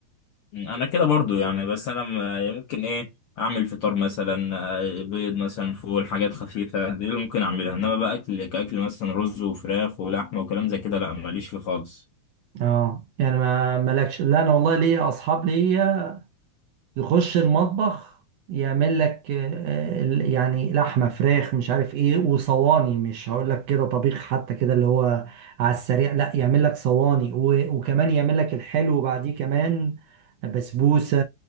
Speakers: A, on the left; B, on the right.
A: م، انا كده برضو يعني بس انا م- ممكن ايه اعمل فطار مثلا آه، بيض مثلا فول حاجات خفيفه دي اللي ممكن اعملها انما بقى اكل كاكل مثلا رز وفراخ ولحمه وكلام زي كده لا ماليش فيه خالص
B: اه يعني ما مالكش لا انا والله ليا اصحاب ليا يخش المطبخ يعمل لك آه، ال- يعني لحمة فراخ مش عارف ايه وصواني مش هقول لك كده طبيخ حتى كده اللي هو على السريع لا يعمل لك صواني و- وكمان يعمل لك الحلو بعديه كمان بسبوسة